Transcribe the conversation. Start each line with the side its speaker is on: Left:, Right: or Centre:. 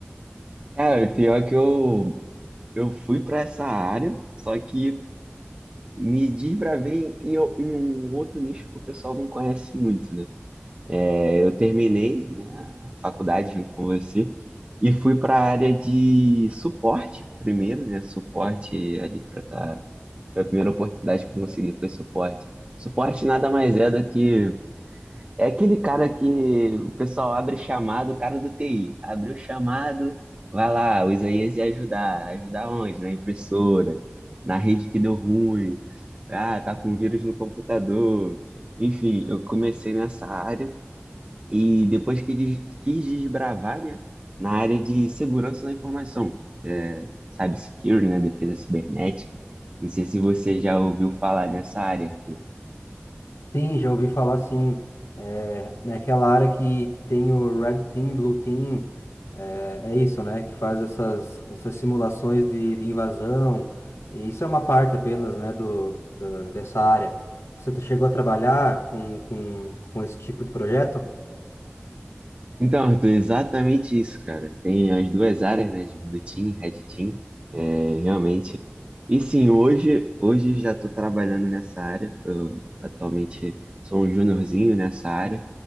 Right: Cara, pior que eu, eu fui pra essa área, só que me desbravei em, em um outro nicho que o pessoal não conhece muito, né? É, eu terminei, né, a faculdade junto com você e fui para a área de suporte primeiro, né? Suporte ali para tá, foi a primeira oportunidade que eu consegui foi suporte. Suporte nada mais é do que é aquele cara que o pessoal abre chamado, o cara do TI, abriu o chamado, vai lá, o Isaías ia ajudar, ajudar onde? Na impressora, na rede que deu ruim. Ah, tá com vírus no computador. Enfim, eu comecei nessa área e depois que des- quis desbravar, né, na área de segurança da informação, que é cybersecurity, né, defesa cibernética. Não sei se você já ouviu falar nessa área, Arthur.
Left: Sim, já ouvi falar sim. É, naquela área que, que tem o Red Team, Blue Team, é, é isso, né? Que faz essas, essas simulações de, de invasão. E isso é uma parte apenas, né, do, da- dessa área. Você tá- chegou a trabalhar com, com, com esse tipo de projeto?
Right: Então, Arthur, exatamente isso, cara. Tem as duas áreas, né, de Blue Team e Red Team, é, realmente. E sim, hoje, hoje já estou trabalhando nessa área. Tô- atualmente sou um juniorzinho nessa área